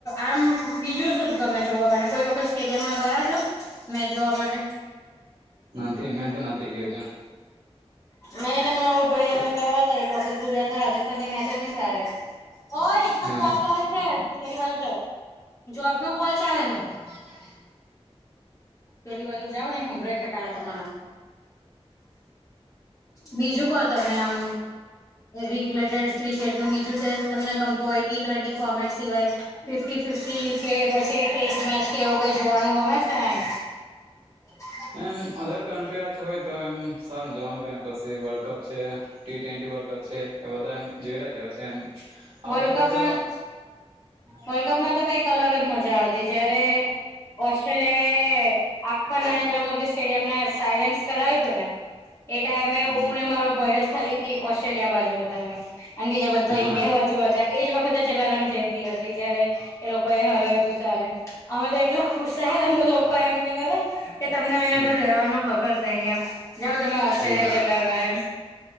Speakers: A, on the left (about 30°); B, on the right (about 60°).
A: આમ બીજું શું ગમે જોવા માટે કોઈ વખત સ્ટેડિયમમાં ગયા છો? મેંચ જોવા માટે
B: નથી મેં તો નથી ગયો જ
A: મેં ને ભાઈ
B: છું
A: અમે ગયા છે એક વખત ગુજરાતને રાજસ્થાનની મેચ હતી ને તારે ઓય એમાં
B: એવું
A: કોલ ચાલે છે ચેલી બાજુ જા જોબ નો કોલ ચાલે છે
B: <inaudible>
A: પેલી બાજુ જાાવ અહીં હમભરાય ખતારા તમારા બીજું કો તમે આમ રિલેટેડ ક્રિકેટ નું બીજું ટેસ્ટ તમને ગમતું હોય ટી ટ્વેન્ટી ફોર્મેટ સિવાય ફિફી ફિફ્ટી કે પછી ટેસ્ટ મેચ કેવું કઈ જોવાનું ગમે છે એમ <inaudible>
B: એમ અધર કન્ટ્રી હોય તો એમ સાર જોન કર પછી વર્લ્ડ કપ છે ટી ટ્વેન્ટી વર્લ્ડ કપ છે એ બધા એમ જોયલા જેવા છે એમ આ
A: વર્લ્ડ
B: વખતે
A: કપમાં
B: તો
A: વર્લ્ડ કપમાં તો કઈક અલગ જ મજા હતી જયારે ઓસ્ટ્રેલિયા એ આખા નરેન્દ્ર મોદી સ્ટેડિયમને સાયલેન્સ કરાવ્યું હતું ને એ ટાઈમે
B: હમ
A: હું ને મારો ભય જ ખાલી ઓસ્ટ્રેલિયા બાજુ હતા એમ અને બીજા બધા
B: હા
A: ઇન્ડિયા બાજુ હતા એજ વખતે જલારામ જયંતિ હતી જયારે એ લોકો એ હરાય્યું તું તારે અમે તો એટલા ખુશ થયા તમ તો લોકો એમ કેતા હતા કે તમને અહીંયા
B: હમ
A: આગળ રહેવાનો હક જ નહીં એમ જાઓ તમે ઓસ્ટ્રેલિયા
B: હા
A: જ તારો એમ